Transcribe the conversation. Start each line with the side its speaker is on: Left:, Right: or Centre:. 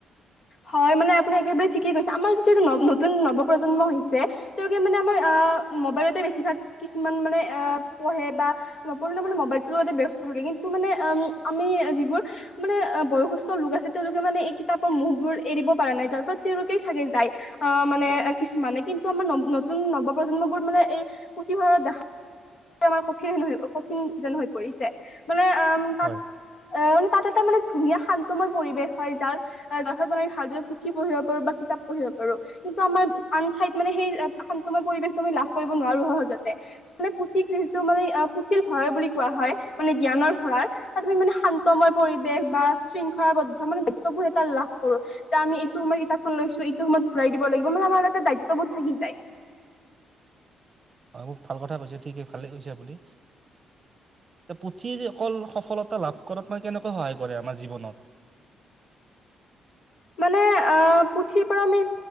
Left: হয় মানে আপুনি একেবাৰে ঠিকেই কৈছে, আমাৰ যেতিয়া ন-নতুন নৱ প্ৰজন্ম হৈছে। তেওঁলোকে মানে আমাৰ আহ' মোবাইলতে বেছিভাগ কিছুমান মানে আহ পঢ়ে বা নপঢ়িলে মানে মোবাইলটোৰ লগতে ব্যস্ত থাকে কিন্তু মানে উম আমি যিবোৰ মানে অ' বয়সস্থ লোক আছে তেওঁলোকে মানে এই কিতাপৰ <unintelligible> বোৰ এৰিব পাৰা নাই তাৰ <unintelligible> তেওঁৰোকেই চাগে দায়ী। অ' মানে কিছুমানে কিন্তু আমাৰ নতুন নৱপ্ৰজন্মবোৰ মানে এই পুথিভঁৰালৰ দেখা আমাৰ কঠিন হেন কঠিন যেন হৈ পৰিছে। মানে অ' তাত
Right: হয়
Left: অ' মানে তাত এটা মানে ধুনীয়া শান্তময় পৰিৱেশ হয়। যাৰ <unintelligible> পুঠি পঢ়িব পাৰো বা কিতা পঢ়িব পাৰো। কিন্তু আমাৰ আন ঠাইত মানে সেই শান্তময় পৰিৱেশটো আমি লাভ কৰিব নোৱাৰো সহজতে। মানে পুথিত যিহেতু মানে পুথিৰ ভঁৰাল বুলি কোৱা হয় মানে জ্ঞানৰ ভঁৰাল। তাত আমি মানে শান্তময় পৰিৱেশ বা শৃংখলাবদ্ধ মানে দায়ত্ববোধ এটা লাভ কৰো, ত' আমি এইটো সময় কিতাপখন লৈছো, এইটো সময়ত ঘূৰাই দিব লাগিব মানে আমাৰ এটা দায়িত্ববোধ থাকি যায়।
Right: হয় বহুত ভাল কথা কৈছে, ঠিকে ভালে কৈছে আপুনি। এ পুথি অকল সফলতা লাভ কৰাত মানে কেনেকৈ সহায় কৰে আমাৰ জীৱনত?
Left: মানে অ' পুথিৰ পৰা আমি